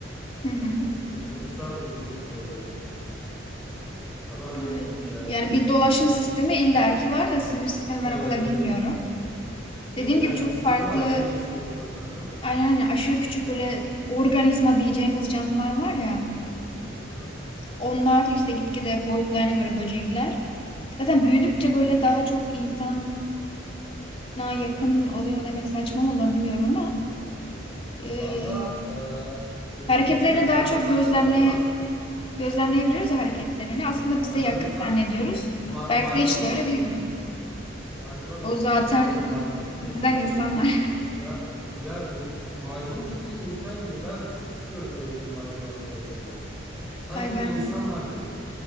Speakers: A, on the left (about 30°); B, in the centre.
A: Hı hı.
B: Bunu şu an uydurmuş da olabilirim açıkçası. Ama hani
A: E,
B: e,
A: yani bir dolaşım
B: kul-
A: sistemi illaki var da sinir sistemi
B: evet
A: ben o kadar
B: evet.
A: bilmiyorum.
B: Bu
A: Dediğim
B: yani
A: gibi çok
B: hissediyor,
A: farklı
B: acıyı hissediyor. Hı hı.
A: aynen hani aşırı küçük böyle organizma diyeceğimiz canlılar var ya.
B: Hı hı.
A: Onlar işte gitgide boyutlarına göre böcekler. Zaten büyüdükçe
B: Hı hı.
A: böyle daha çok insana yakın oluyor demek saçma mı olur bilmiyorum ama e,
B: Valla e, insan
A: hareketlerini
B: evet
A: daha
B: bence
A: çok
B: saçma
A: gözlemle
B: olmaz.
A: gözlemleyebiliyoruz ya hareketlerini. Aslında bize
B: Aha,
A: yakın
B: mesela
A: zannediyoruz.
B: ma-
A: Belki
B: maymuna
A: de hiç de
B: bakıyorsun.
A: öyle değildir.
B: Maymuna
A: O
B: bakıyorsun.
A: zaten
B: Bence maymun bize
A: bizden
B: çok
A: insanlar.
B: yakın. Ya ya in- maymun bildiğin insan gibi. Ben çok istiyorum evime bir maymun alıp beslemeyi. Sanki
A: <laughs> Ay ben
B: bir insan var gibi.